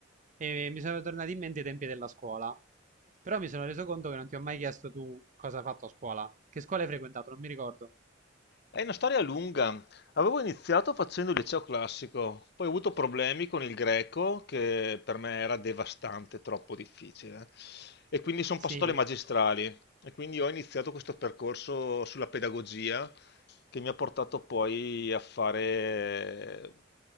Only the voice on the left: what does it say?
È una storia lunga. Avevo iniziato facendo il liceo classico, poi ho avuto problemi con il greco, che per me era devastante, troppo difficile. E quindi sono
passato alle magistrali e quindi ho iniziato questo percorso sulla pedagogia che mi ha portato poi a fare